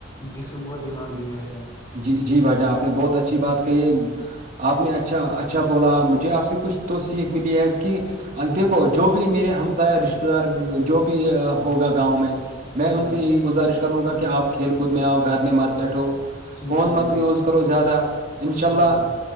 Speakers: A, on the left; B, on the right.
A: جسم اور دماغ بھی رہتا ہے
B: جی جی بھائی جان آپ نے بہت اچھی بات کہی ہے آپ نے اچھا
A: جی
B: اچ اچھا بولا مجھے آپ سے کچھ تو سیکھ ملی ہے کہ
A: جی
B: دیکو جو بھی میرے ہمسا رشتے دار جو بھی ہوگا گاؤں میں میں
A: جی
B: ان
A: جی
B: سے
A: جی
B: یہی گزارش کروں گا کہ آپ کھیل کود میں آؤ گھر میں مت بیٹھو
A: جی
B: فون
A: جی
B: مت
A: بالکل
B: یوز کرو زیادہ انشاء اللہ
A: بالکل